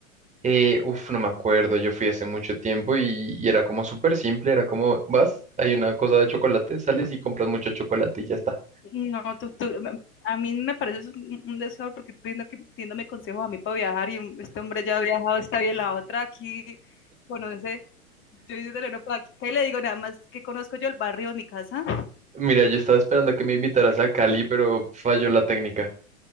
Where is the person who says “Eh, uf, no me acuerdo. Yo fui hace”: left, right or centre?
Right